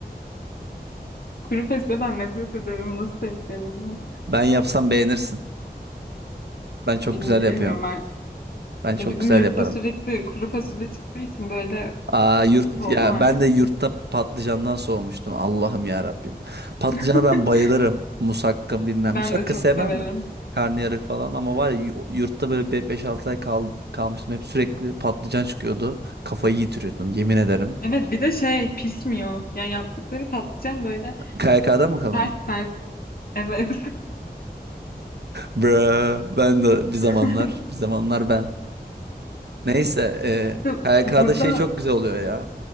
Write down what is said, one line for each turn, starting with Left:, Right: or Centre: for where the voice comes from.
Left: Kuru fasulyeden nefret ederim. Nasıl sevgilerim var?
Right: Ben yapsam beğenirsin. Ben çok
Left: Bil-
Right: güzel
Left: bilemiyorum
Right: yapıyorum.
Left: artık.
Right: Ben çok
Left: Ya bizim
Right: güzel
Left: yurtta
Right: yaparım.
Left: sürekli kuru fasulye çıktığı için böyle
Right: Aa yurt
Left: soğudum
Right: ya
Left: artık.
Right: ben de yurtta patlıcandan soğumuştum. Allah'ım ya Rabbim. Patlıcana
Left: <laughs>
Right: ben bayılırım. Musakka bilmem.
Left: Ben
Right: Musakka
Left: de çok
Right: sevmem
Left: severim.
Right: de. Karnıyarık falan ama var ya yu- yurtta böyle beş altı ay kal kalmıştım. Hep sürekli patlıcan çıkıyordu. Kafayı yitiriyordum yemin ederim.
Left: Evet bir de şey pişmiyor. Yani yaptıkları patlıcan böyle
Right: KYK'da mı kalıyor?
Left: sert sert. Evet.
Right: Bra ben de bir zamanlar
Left: <laughs>
Right: bir zamanlar ben. Neyse e,
Left: İşte
Right: KYK'da
Left: burada
Right: şey çok güzel oluyor ya.